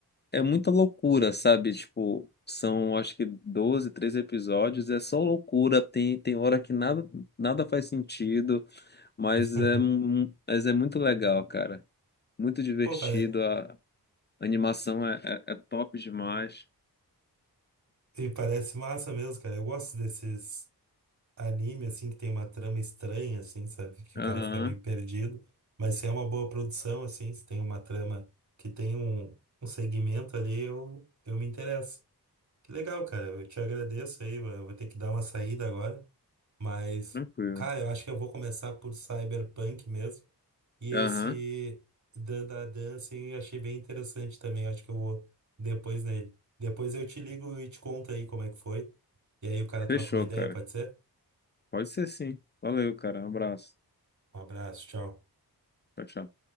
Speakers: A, on the left; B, on the right.
A: é muita loucura, sabe? Tipo, são acho que 12, 13 episódios, é só loucura. Tem, tem hora que nada, nada faz sentido, mas
B: <laughs>
A: é, mu- mas é muito legal, cara. Muito divertido,
B: Pô, pare...
A: a animação é, é, é top demais.
B: e parece massa mesmo, cara. Eu gosto desses. anime, assim, que tem uma trama estranha, assim, sabe? Que
A: Aham,
B: o cara fica meio perdido. Mas se é uma boa produção, assim, se tem uma trama que tem um, um segmento ali, eu, eu me interesso. Que legal, cara. Eu te agradeço aí. vai- Eu vou ter que dar uma saída agora. Mas,
A: tranquilo.
B: cara, eu acho que eu vou começar por Cyberpunk mesmo. E
A: Aham.
B: esse Dan da Dan, assim, eu achei bem interessante também. Eu acho que eu vou depois nele. Depois eu te ligo e te conto aí como é que foi. E aí o cara
A: Fechou,
B: troca uma ideia,
A: cara.
B: pode ser?
A: Pode ser sim. Valeu, cara. Um abraço.
B: Um abraço, tchau.
A: Tchau, tchau.